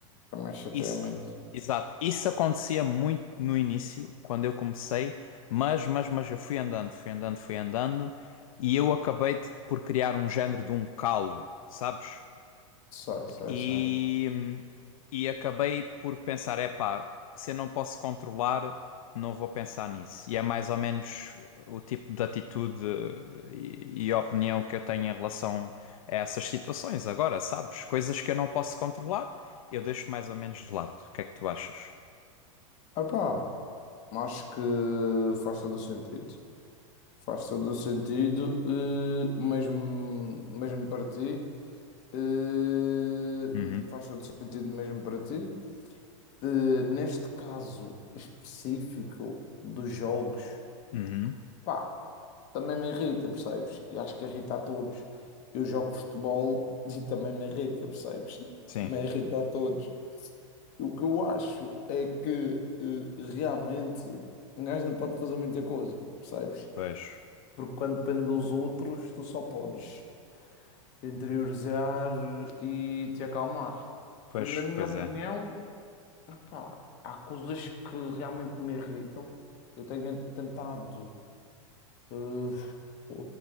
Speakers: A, on the left; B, on the left.
A: também chateia
B: Isso,
A: muito.
B: exato. Isso acontecia muito no início, quando eu comecei, mas, mas, mas eu fui andando, fui andando, fui andando, e eu acabei de- por criar um género de um calo, sabes?
A: Sei, sei,
B: E,
A: sei.
B: e acabei por pensar: é pá, se eu não posso controlar, não vou pensar nisso. E é mais ou menos o tipo de atitude e, e opinião que eu tenho em relação a essas situações. Agora, sabes? Coisas que eu não posso controlar, eu deixo mais ou menos de lado. O que é que tu achas?
A: Ah pá, acho que faz todo o sentido. Faz todo o sentido, eh, mesmo, mesmo para ti. eh,
B: Uhum,
A: faz todo sentido mesmo para ti. Eh, neste caso específico dos jogos,
B: uhum,
A: pá, também me irrita, percebes? E acho que irrita a todos. Eu jogo futebol <laughs> e também me irrita, percebes?
B: sim,
A: Também irrita a todos. O que eu acho é que eh, realmente um gajo não pode fazer muita coisa, percebes?
B: pois,
A: Porque quando depende dos outros, tu só podes interiorizar e te acalmar.
B: pois,
A: Na minha
B: pois
A: opinião,
B: é.
A: Pá, há coisas que realmente me irritam. Eu tenho tentado eh, eh,